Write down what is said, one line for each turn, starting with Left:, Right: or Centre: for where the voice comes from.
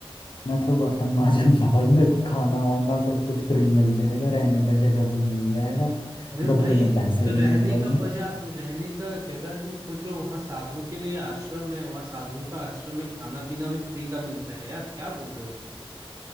Left: मैं तो बर्तन माज लूंगा भाई मेरे को खाना वाना सब कुछ फ्री मिल जाएगा रहने का जगह भी मिल जाएगा
Right: अरे
Left: बदले
Right: भाई
Left: में पैसे
Right: तो
Left: भी
Right: रहने
Left: मिल जाएंगे
Right: का बजा रहने का जगह तुम खोजो वहां साधुओं के लिए आश्रम है वहां साधुओं का आश्रम में खाना पीना भी फ्री का मिलता है यार क्या बोल रहे हो तुम